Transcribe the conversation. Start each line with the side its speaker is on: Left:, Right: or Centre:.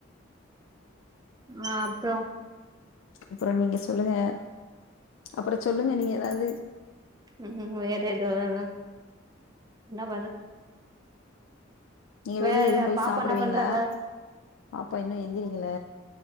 Right: ஆ அப்றோ
Left: அப்புற நீங்க சொல்லுங்க அப்புற சொல்லுங்க நீங்க ஏதாது
Right: ம் வேற எதுவு இல்லன்னா என்ன பண்ற
Left: நீங்க
Right: வேற
Left: வெளிய எதுவும் போய்
Right: பாப்பா
Left: சாப்பிடுவீங்களா
Right: என்ன பண்றாக
Left: பாப்பா இன்னு எந்திரிக்கல